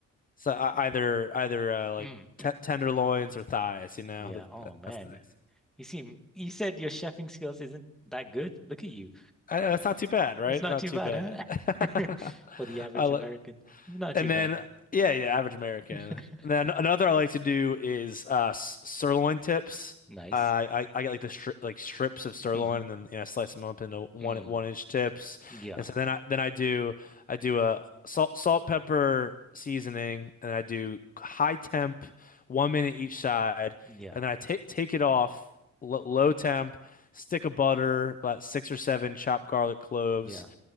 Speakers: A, on the left; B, in the centre.
A: so uh, either either uh, like
B: Mm.
A: t tenderloins or thighs, you know.
B: Yeah.
A: That,
B: Oh
A: that-
B: man.
A: that's nice.
B: You seem you said your chefing skills isn't that good. Look at you.
A: I, that's not too bad, right?
B: It's not
A: Not
B: too
A: too
B: bad,
A: bad.
B: huh?
A: <laughs>
B: <laughs> For the average
A: I like
B: American. Not
A: And
B: too bad.
A: then, yeah, yeah, average American.
B: <laughs>
A: And then another I like to do is uh, s- sirloin tips.
B: Nice.
A: I I, I get like the stri like strips of sirloin,
B: hmm
A: and then you know slice them up into one
B: Mm.
A: one inch tips.
B: Yeah.
A: And so then I then I do I do a salt salt pepper seasoning, and I do high temp, one minute each side,
B: Yeah.
A: and then I take take it off l low temp, stick of butter, about six or seven chopped garlic cloves
B: Yeah.